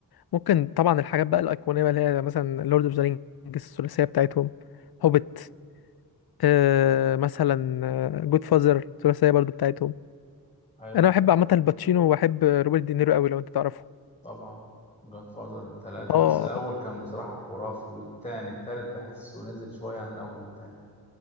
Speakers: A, on the left; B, on the left.
A: ممكن طبعا الحاجات بقى الأيقونية بقى اللي هي مثلا لورد اوف ذا رينجز الثلاثية بتاعتهم هوبت آه مثلا جود فازر الثلاثية برضو بتاعتهم
B: حلو
A: أنا بحب عامة الباتشينو وبحب روبرت دينيرو قوي لو أنت تعرفه
B: طبعا جاد فازر التلاتة
A: اه
B: بس الأول كان بصراحة خرافي والتاني التالت بحسه نزل شوية عن الأول والتاني